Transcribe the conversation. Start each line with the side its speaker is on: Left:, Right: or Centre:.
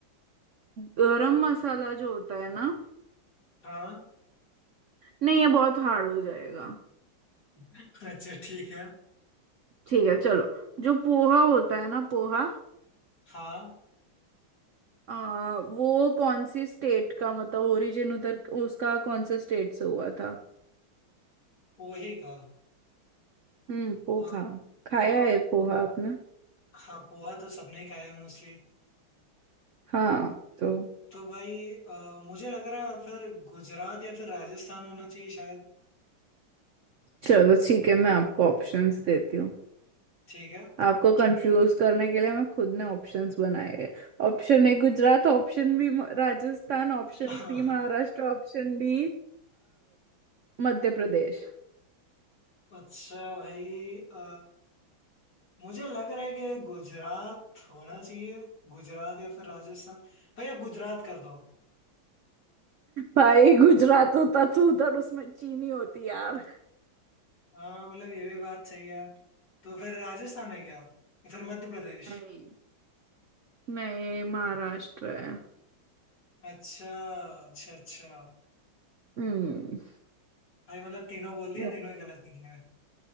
Right: गरम मसाला जो होता है ना
Left: हाँ
Right: नहीं ये बहुत हार्ड हो जाएगा
Left: <laughs> अच्छा ठीक है
Right: ठीक है चलो जो पोहा होता है ना पोहा
Left: हाँ
Right: आ, वो कौन सी स्टेट का मतलब ओरिजिन उधर उसका कौन से स्टेट से हुआ था
Left: पोहे का
Right: हम्म पोहा
Left: अ,
Right: खाया है पोहा आपने
Left: हाँ पोहा तो सबने ही खाया है मोस्टली
Right: हाँ तो
Left: तो भाई अ, मुझे लग रहा है फिर गुजरात या फिर राजस्थान होना चाहिए शायद
Right: चलो ठीक है मैं आपको ऑप्शंस देती हूँ
Left: ठीक है
Right: आपको कंफ्यूज करने के लिए मैं खुद ने ऑप्शंस बनाए हैं Option A Gujarat option B Rajasthan option
Left: <laughs>
Right: C Maharashtra option D Madhya Pradesh
Left: अच्छा भाई अ, मुझे लग रहा है कि गुजरात होना चाहिए गुजरात या फिर राजस्थान भाई आप गुजरात कर दो
Right: भाई गुजरात होता तो उधर उसमें चीनी होती यार
Left: हाँ मतलब ये भी बात सही है तो फिर राजस्थान है क्या या फिर मध्य प्रदेश
Right: नहीं नहीं महाराष्ट्र है
Left: अच्छा अच्छा अच्छा
Right: हम्म
Left: भाई मतलब तीनों बोल दिया
Right: What?
Left: तीनों ही गलत निकले हैं